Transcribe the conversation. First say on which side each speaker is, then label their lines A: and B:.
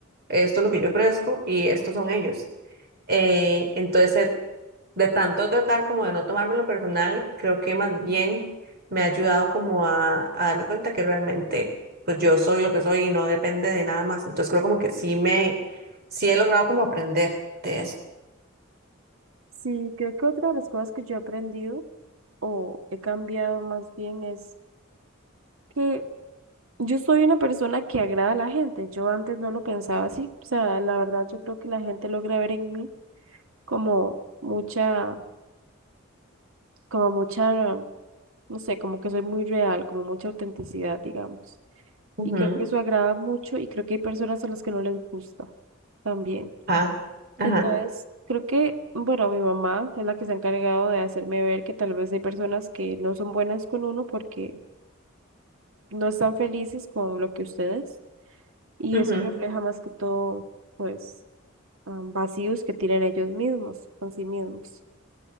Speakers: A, on the right (about 50°); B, on the right (about 75°).
A: esto es lo que yo ofrezco y estos son ellos. Eh, entonces, eh, de tanto tratar como de no tomármelo personal, creo que más bien me ha ayudado como a, a darme cuenta que realmente pues yo soy lo que soy y no depende de nada más. Entonces creo como que sí me, sí he logrado como aprender de eso.
B: Sí, creo que otra de las cosas que yo he aprendido o he cambiado más bien es que yo soy una persona que agrada a la gente. Yo antes no lo pensaba así. O sea, la verdad yo creo que la gente logra ver en mí como mucha, como mucha, no sé, como que soy muy real, como mucha autenticidad, digamos.
A: Ujú.
B: y creo que eso agrada mucho y creo que hay personas a las que no les gusta también.
A: Ah, ajá,
B: Entonces, creo que, bueno, mi mamá es la que se ha encargado de hacerme ver que tal vez hay personas que no son buenas con uno porque no están felices con lo que ustedes y
A: ujú.
B: eso refleja más que todo, pues, ah, vacíos que tienen ellos mismos, con sí mismos.